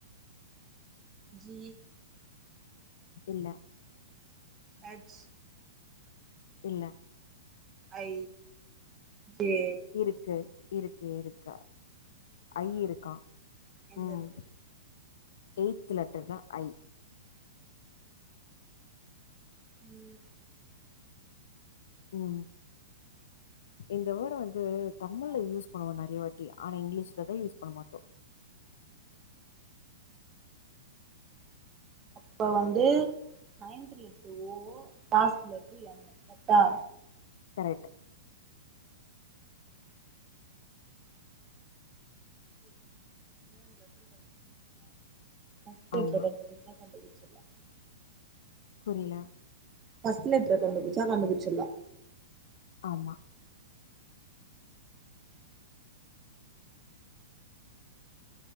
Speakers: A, on the right; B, on the left.
A: ஜி
B: இல்ல
A: எச்
B: இல்ல
A: ஐ ஜே
B: இருக்கு இருக்கு இருக்கா ஐ இருக்கா
A: எங்க
B: ம்
A: இருக்கு
B: எய்த்து லெட்டர்ல ஐ
A: ம்
B: ம் இந்த வேர்ட வந்து தமுழ்ல
A: ஆ
B: யூஸ் பண்ணுவோ நறைய வாட் டி ஆனா இங்கிலீஷ்ல தா யூஸ் பண்ண மாட்டோ
A: அப்ப வந்து நைன்த்ல ஓ டாஸ்ட்லந்து என்னு கர்ட்டா
B: கரெக்ட்
A: <inaudible> <unintelligible> ஃபஸ்ட்
B: ஆமா
A: லெட்டர் கண்டு பிடிச்சா கண்டுபிடிச்சிடலாம்
B: புரியல
A: ஃபஸ்ட் லெட்டரு கண்டுபிடிச்சா கண்டுபிடிச்சிடலாம்
B: ஆமா